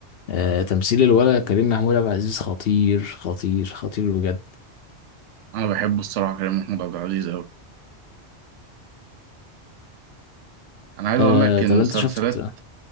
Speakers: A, on the left; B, on the right.
A: آه، تمثيل الولد كريم محمود عبد العزيز خطير خطير خطير بجد
B: أنا بحبه الصراحة كريم محمود عبد العزيز أوي أنا عايز
A: آه،
B: أقول لك المسلسلات
A: طب انت شفت